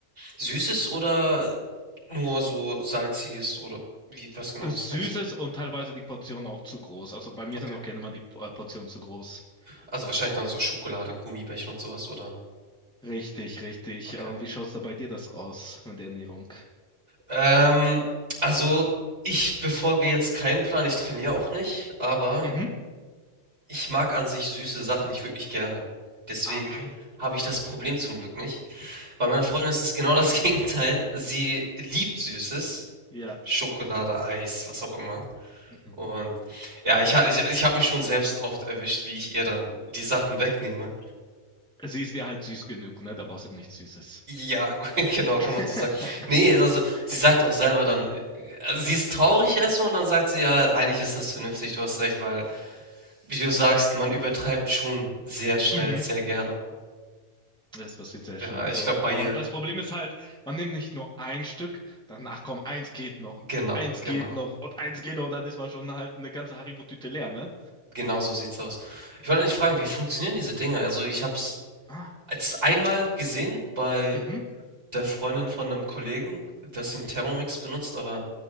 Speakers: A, on the right; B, in the centre.
A: Süßes oder nur so salziges oder wie, was genau
B: Süßes
A: snackst du?
B: und teilweise die Portionen auch zu groß. Also bei mir
A: Okay.
B: sind auch gerne mal die äh, Portionen zu groß.
A: Also wahrscheinlich dann so Schokolade, Gummibärchen und sowas, oder?
B: Richtig, richtig.
A: Okay.
B: Ähm, wie schaut's da bei dir das aus mit der Ernährung?
A: Ähm, also ich befolge jetzt keinen Plan, ich trainiere auch nicht, aber
B: Mhm.
A: ich mag an sich süße Sachen nicht wirklich gerne. Deswegen
B: Ah, okay.
A: habe ich das Problem zum Glück nicht. Bei meiner Freundin ist es genau das <laughs> Gegenteil. Sie liebt Süßes,
B: Ja.
A: Schokolade, Eis, was auch immer.
B: Mhm.
A: Und ja, ich, ha- ich, ich habe mich schon selbst oft erwischt, wie ich ihr dann die Sachen wegnehme.
B: Sie ist dir halt süß genug, ne? Da brauchst du nichts Süßes.
A: Ja, <laughs> genau, kann
B: <laughs>
A: man so sagen. Ne, also, sie sagt auch selber dann äh, also, sie ist traurig erstmal und dann sagt sie: „Ja, eigentlich ist das vernünftig, du hast recht“, weil, wie du sagst, man übertreibt schon sehr schnell,
B: Mhm.
A: sehr gerne.
B: Das passiert sehr
A: Ja,
B: schnell. Also,
A: ich glaube bei
B: ähm,
A: ihr
B: das Problem ist halt, man nimmt nicht nur ein Stück, dann, ach komm, eins geht noch,
A: genau,
B: eins
A: genau.
B: geht noch und eins geht noch, dann ist man schon halt eine ganze Haribo-Tüte leer, ne?
A: Genau so sieht's aus. Ich wollte eigentlich fragen, wie funktionieren diese Dinger? Also, ich habe es
B: Ah,
A: als einmal gesehen bei
B: mhm.
A: der Freundin von einem Kollegen, dass sie 'n Thermomix benutzt, aber